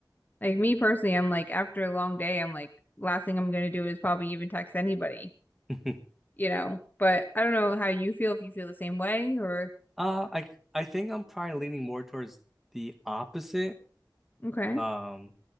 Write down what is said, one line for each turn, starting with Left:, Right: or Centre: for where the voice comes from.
Left: Like me personally, I'm like after a long day, I'm like last thing I'm gonna do is probably even text anybody,
Centre: <laughs>
Left: you know. But I don't know how you feel if you feel the same way or
Centre: Uh, I I think I'm probably leaning more towards the opposite.
Left: okay.
Centre: Um,